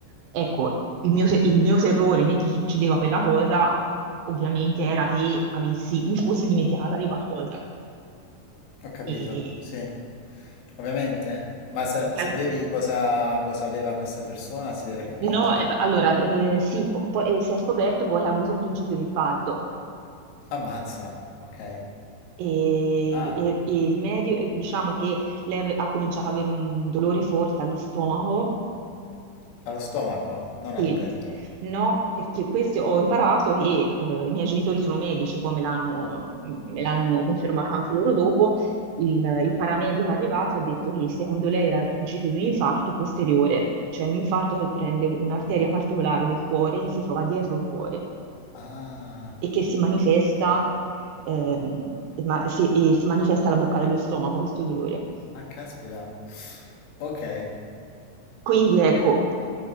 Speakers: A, on the right (about 75°); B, on the left (about 80°).
A: Ecco, il mio, se- il mio terrore mentre succedeva quella cosa, ovviamente, era che avessi, mi fossi dimenticata di qualcosa.
B: ho capito.
A: E,
B: Sì, ovviamente. Ma sa-
A: che
B: sapevi
A: al-
B: cosa, cosa aveva questa persona? Si era capito?
A: No, eh, allora, eh, sì, po- poi, eh, si è scoperto poi che ha avuto un principio di infarto.
B: Ammazza, ok.
A: e,
B: Ah,
A: e- e il medio, e diciamo che lei ave- ha cominciato ad avere un dolore forte allo stomaco.
B: allo stomaco, non
A: Sì,
B: al petto.
A: no, perché questo ho imparato che eh, i miei genitori sono medici, poi me l'hanno me l'hanno confermato anche loro dopo. Il, il paramedico è arrivato e ha detto che secondo lei era il principio di un infarto posteriore, cioè un infarto che prende un'arteria particolare del cuore che si trova dietro il cuore
B: Ah,
A: e che si manifesta, ehm, ma- si- e si manifesta alla bocca dello stomaco questo dolore.
B: ah, caspita. Ok.
A: Quindi ecco,